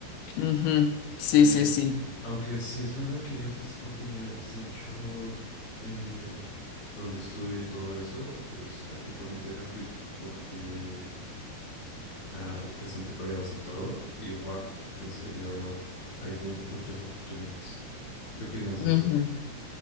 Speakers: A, on the left; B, on the left.
A: ujú. Sí,
B: Eh,
A: sí, sí.
B: aunque sí es verdad que hay hartas oportunidades, de hecho, eh, donde estudio y todo eso es prácticamente gratuito, porque ah, presenté pruebas y todo, y wow, en serio, hay mu- muchas oportunidades. ¿Qué opinas
A: Ujú.
B: de eso?